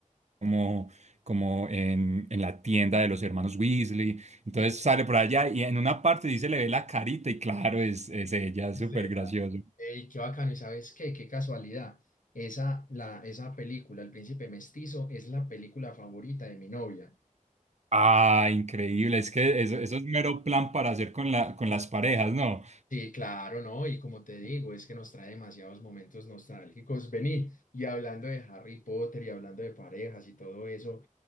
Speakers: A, on the right; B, on the left.
A: como, como en, en la tienda de los hermanos Weasley, entonces
B: sí.
A: sale por allá y en una parte sí se le ve la carita y claro, es, es ella, es
B: Es
A: súper
B: de ella.
A: gracioso.
B: Ey, qué bacano, ¿y sabes qué? Qué casualidad. Esa, la, esa película, El Príncipe Mestizo, es la película favorita de mi novia.
A: Ah, increíble, es que eso, eso es mero plan para hacer con la, con las parejas, ¿no?
B: Sí, claro, ¿no? Y como te digo, es que nos trae demasiados momentos nostálgicos. Vení, y hablando de Harry Potter y hablando de parejas y todo eso,